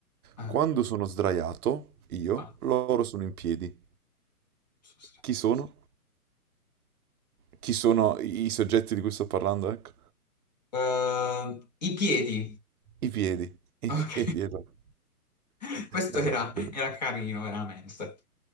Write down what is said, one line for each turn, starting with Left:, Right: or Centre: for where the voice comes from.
Left: Ah,
Right: Quando sono sdraiato, io,
Left: ah,
Right: loro sono in piedi.
Left: sono sbagliato.
Right: Chi sono? Chi sono i i soggetti di cui sto parlando? Ecco.
Left: Ehm, i piedi.
Right: I piedi. I
Left: Ok.
Right: piedi, esatto.
Left: <laughs> Questo
Right: Esatto.
Left: era, era carino, veramente.